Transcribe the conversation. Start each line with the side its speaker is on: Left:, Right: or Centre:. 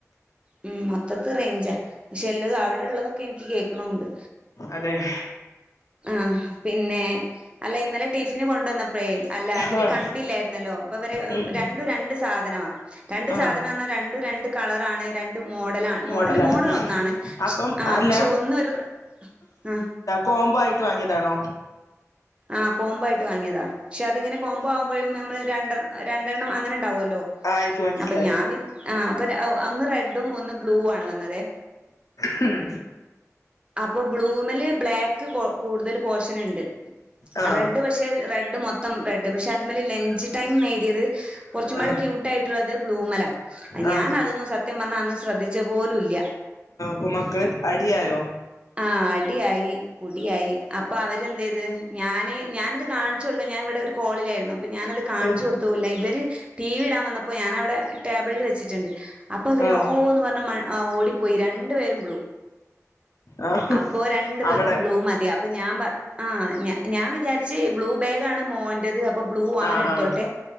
Right: ഉം മൊത്തത്തെ റേഞ്ചാ ക്ഷെ എല്ലാതും അവിടെള്ളതൊക്കെ എനിക്ക് കേൾക്കണുണ്ട്.
Left: അതെഹ്
Right: ആഹ് പിന്നെ.. അല്ല ഇന്നലെ ടിഫിന് കൊണ്ടന്നപ്പഴേ അല്ല
Left: ആഹ്
Right: അവര് കണ്ടില്ലായിരുന്നല്ലോ പ്പൊവര്
Left: ഉം ഉം
Right: രണ്ടു രണ്ട് സാധനവാ രണ്ട്
Left: ആഹ്
Right: സാധനാർഞ്ഞരണ്ടും രണ്ട് കളറാണ് രൻ ണ്ട് മോഡലാണ് മോഡൽ
Left: മോഡലാണ്
Right: മോഡൽ
Left: ഉം
Right: ഒന്നാണ്ആ
Left: അപ്പം അല്ല
Right: പക്ഷെ ഒന്ന് ഒരു ആ
Left: കോംബോയിട്ട് വാങ്ങിയതാണോ?
Right: ആ കോമ്പായിട്ട് വാങ്ങിയതാ ക്ഷെ അതിങ്ങനെ കോംമ്പോ ആവുമ്പഴും നമ്മള് രണ്ടെ രണ്ടെണ്ണം അങ്ങനെണ്ടാവുവല്ലോ?
Left: ആ എനിക്ക് മനസ്സിലായി
Right: അപ്പൊ ഞാൻ വി ആ അപ്പൊഅ അന്ന് റെഡും ഒന്ന് ബ്ലൂ ആണ് വന്നത്.
Left: ഹ് ഹം
Right: അപ്പൊ ബ്ലൂമല് ബ്ലാക്ക് കോ കൂടുതൽ പോഷന്ണ്ട്
Left: ആ
Right: റെഡ്പറ്റ് ക്ഷേ റെഡ് മൊത്തം റെഡ് പക്ഷെ അതമ്മൽ ലഞ്ച് ടൈംന്നെ യ്തിയത് കുറച്ചും
Left: ആ
Right: പാടെ ക്യൂട്ടായിട്ടുള്ളത് ബ്ലൂമല.
Left: ആ
Right: ഞാനതൊന്നും സത്യം പറഞ്ഞാ അന്ന് ശ്രദ്ധിച്ച പോലും ഇല്ല.
Left: പ്പൊ മക്കള് അടിയായൊ?
Right: ആ അടിയായി പുടിയായി അപ്പൊ അവരെന്തേയ് തെ? ഞാന് ഞാനത് കാണിച്ച കൊടുക്ക ഞാൻ ഇവിടെ ഒരു കോളിലയിരുന്നു അപ്പൊ ഞാനത് കാണിച്ചു
Left: ആ
Right: കൊടുത്ത ല്ല ഇവര് ടി വി ഇടാൻ വന്നപ്പോ ഞാനവിടെ ടേബിളിൽ വെച്ചിട്ടുണ്ട്. ഹ് അപ്പൊ വര്
Left: ആ
Right: ഓന്ന് പറഞ്ഞ് ഓടിപ്പോയി രണ്ടു പേരും ബ്ലു.
Left: ആ
Right: അപ്പോ രണ്ടു പേർക്കും
Left: അവിടെ
Right: ബ്ലൂ മതി. അപ്പൊ ഞാൻ പറ ആ ഞ ഞാൻ വിചാരി ഏ ബ്ലൂ ബാഗണ് മോന്റെത് അപ്പൊ ബ്ലൂ അവന്
Left: ആ
Right: എടുത്തോട്ടെ
Left: ആ